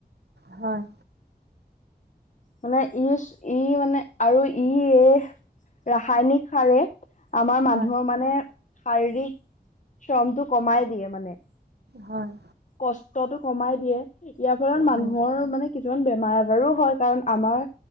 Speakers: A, on the right; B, on the left.
A: হয়।
B: মানে ইচ ই মানে আৰু ই এ ৰাসায়নিক সাৰে আমাৰ
A: হয়
B: মানুহৰ মানে শাৰীৰিক শ্ৰমটো কমাই দিয়ে মানে।
A: হয়।
B: কষ্টতটো কমাই দিয়ে ইয়াৰ ফলত মানুহৰ
A: হয়
B: মানে কিছুমান বেমাৰ আজাৰো হয় কাৰণ আমাৰ